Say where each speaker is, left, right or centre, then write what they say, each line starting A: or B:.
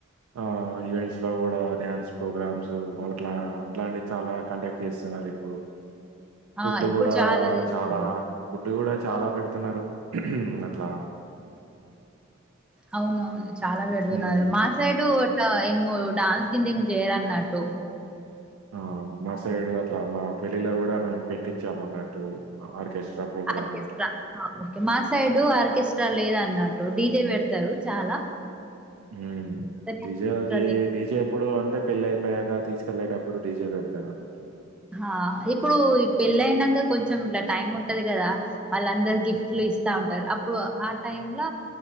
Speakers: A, on the right (about 80°); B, in the centre.
A: ఆ ఈవెంట్స్ లో కూడా డ్యాన్స్ ప్రోగ్రామ్స్ అట్లా అట్లాంటివి చాలా కండక్ట్ చేస్తారు ఇప్పుడు
B: ఆ
A: ఫుడ్
B: ఇప్పుడు
A: కూడా
B: చాలా చేస్తారు
A: చాలా ఫుడ్ కూడా చాలా పెడుతున్నారు అట్లా
B: అవున అవును చాలా పెడుతున్నారు
A: హ్మ్.
B: మా సైడు అట్ల ఎమ్ డాన్స్ కింద ఏం చేయరున్నట్టు
A: ఆ మా సైడు అట్లా నా పెళ్ళిలో కూడా మేము పెట్టించామన్నట్టు ఆర్కెస్ట్రా ప్రోగ్రాము
B: ఆర్కెస్ట్రా
A: అట్లా.
B: ఆ ఒకే మా సైడు ఆర్కస్ స్ట్రా లేదన్నట్టు డిజే పెడతారు చాలా
A: ఉమ్
B: కానీ
A: డి
B: ఆర్కెస్ట్రా
A: జె అది
B: లేదు.
A: డి జె ఎప్పుడు అ అంటే పెళ్ళి అయిపోయాక తీసుకెళ్లేేటప్పుడు డిజే పెడతారు అన్నమాట
B: ఆ! ఇప్పుడు ఈ పెళ్లయినంక కొంచెం ఇట్ టైమ్ ఉంటది కదా వాళ్ళందరు గిఫ్ట్
A: హ్మ్.
B: లు ఇస్తా ఉంటారు అప్ ప్పుడు ఆ టైమ్ ల